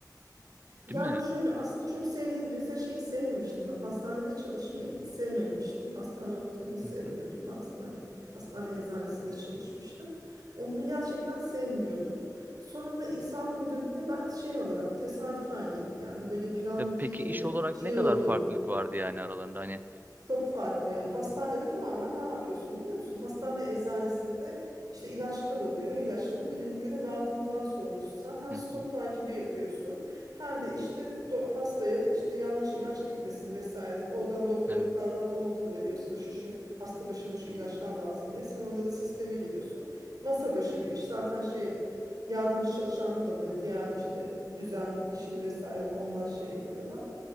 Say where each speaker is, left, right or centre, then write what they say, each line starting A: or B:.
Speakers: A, on the right (about 60°); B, on the right (about 25°).
A: Yani
B: Değil mi?
A: şöyle aslında çok sevdiğim mesela şeyi sevmemiştim ben. Hastanede çalışmayı hiç sevmemiştim. Hastane ortamını sevmiyordum.
B: <laughs>
A: Hastane hastane eczanesinde çalışmıştım. Onu gerçekten sevmiyordum. Sonra da İl Sağlık Müdürlüğü'ne ben şey olarak tesadüfen git- yani böyle planlı
B: Ya
A: değildi.
B: peki iş olarak
A: Şey
B: ne kadar
A: oldu
B: farklılık
A: biraz.
B: vardı yani aralarında hani?
A: Çok farklı yani hastanede tamamen ne yapıyorsun biliyor musun? Hastane eczanesinde işte ilaçlar oluyor. O ilaçların kliniklere dağıtımından sorumlusun. Sen hem
B: Hı
A: stok
B: hı.
A: takibi yapıyorsun hem de işte do- hastaya işte yanlış ilaç gitmesin vesaire. Oradan doktor
B: Evet.
A: yukarıdan order veriyorsun. Şu şu hasta başına şu ilaçlar lazım diye. Sen onlara sisteme giriyorsun. Masa başı bir iş. Zaten şey yardımcı çalışanlar da oluyor. Diğer işte düzen işini vesaire onlar şey yapıyorlar.